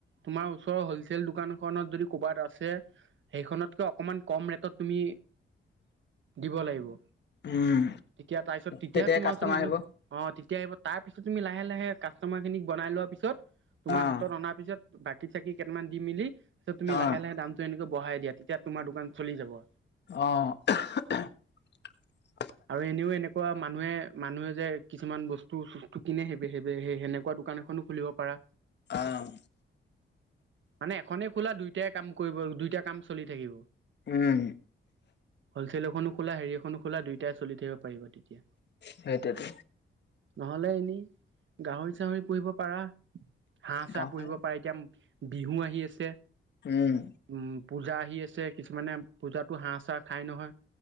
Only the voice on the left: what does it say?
উম।
তেতিয়াই
কাষ্টমাৰ
আহিব।
অ',
অ',
অহ
অ',
উম,
সেইটোৱেতো
গাঁৱৰ
উম